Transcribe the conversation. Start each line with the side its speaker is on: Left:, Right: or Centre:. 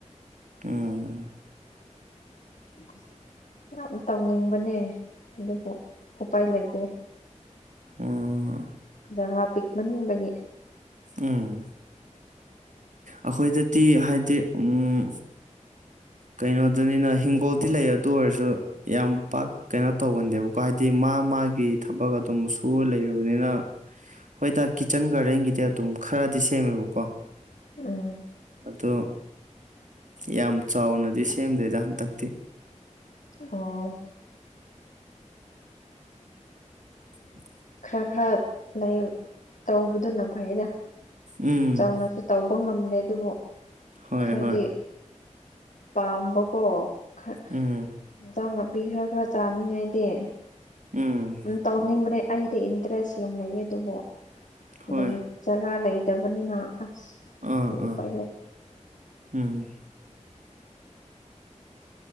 Right: ꯎꯥ
Left: ꯎꯝ ꯌꯥꯝ ꯇꯧꯅꯤꯡꯕꯅꯦ ꯑꯗꯨꯕꯨ ꯎꯄꯥꯏ ꯂꯩꯇ꯭ꯔꯦ
Right: ꯑꯣ
Left: ꯖꯒꯥ ꯄꯤꯛꯃꯟꯕꯒꯤ
Right: ꯑꯥ ꯑꯩꯈꯣꯏꯗꯗꯤ ꯍꯥꯏꯗꯤ ꯎꯝ ꯀꯩꯅꯣꯗꯅꯤꯅ ꯍꯤꯡꯒꯣꯜꯗꯤ ꯂꯩ ꯑꯗꯨ ꯑꯣꯏꯔꯁꯨ ꯌꯥꯝ ꯄꯥꯛ ꯀꯩꯅꯣ ꯇꯧꯒꯟꯗꯦꯕꯀꯣ ꯍꯥꯏꯗꯤ ꯃꯥ ꯃꯥꯒꯤ ꯊꯕꯛ ꯑꯗꯨꯝ ꯁ ꯂꯩꯔꯕꯅꯤꯅ ꯍꯣꯏꯗ ꯀꯤꯠꯆꯟ ꯒꯥꯔꯗꯦꯟꯒꯤꯗꯤ ꯑꯗꯨꯝ ꯈꯔꯗꯤ ꯁꯦꯝꯃꯦꯕꯀꯣ
Left: ꯎꯝ
Right: ꯑꯗꯣ ꯌꯥꯝ ꯆꯥꯎꯅꯗꯤ ꯁꯦꯝꯗꯣꯏꯗ ꯍꯟꯗꯛꯇꯤ
Left: ꯑꯣ
Right: ꯎꯝ
Left: ꯈꯔ ꯈꯔ ꯂꯩ ꯇꯧꯕꯗꯨꯅ ꯐꯩꯗ
Right: ꯎꯝ
Left: ꯆꯥꯎꯅꯁꯨ ꯇꯧꯕ ꯉꯝꯗꯦ ꯑꯗꯨꯕꯨ
Right: ꯍꯣꯏ
Left: ꯈꯔꯗꯤ
Right: ꯍꯣꯏ
Left: ꯄꯥꯝꯕꯀꯣ ꯈꯔ
Right: ꯎꯝ
Left: ꯏꯟꯁꯥꯡ ꯅꯥꯄꯤ ꯈꯔ ꯈꯔ ꯆꯥꯅꯤꯡꯉꯥꯏꯗꯤ
Right: ꯎꯝ
Left: ꯇꯧꯅꯤꯡꯕꯅꯦ ꯑꯩꯗꯤ ꯏꯟꯇꯔꯦꯁ ꯌꯥꯝ ꯂꯩꯌꯦ ꯑꯗꯨꯕꯨ
Right: ꯍꯣꯏ
Left: ꯂꯩ ꯖꯒꯥ ꯂꯩꯇꯕꯅꯤꯅ ꯑꯁ
Right: ꯑꯥ
Left: ꯀꯔꯤ
Right: ꯑꯥ
Left: ꯎꯄꯥꯏ ꯂꯩ
Right: ꯎꯝ